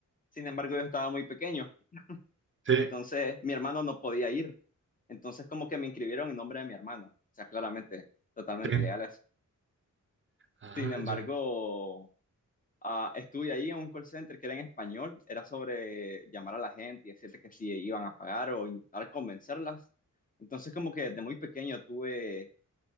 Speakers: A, on the left (about 25°); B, on the right (about 40°).
A: Sin embargo, yo estaba muy pequeño,
B: sí,
A: entonces mi hermano no podía ir. Entonces como que me inscribieron en nombre de mi hermano, o sea, claramente, totalmente
B: sí.
A: ilegales.
B: Ah,
A: Sin embargo,
B: ya.
A: Ah, estuve ahí en un call center que era en español, era sobre llamar a la gente y decirte que si iban a pagar o intentar convencerlas. Entonces, como que desde muy pequeño tuve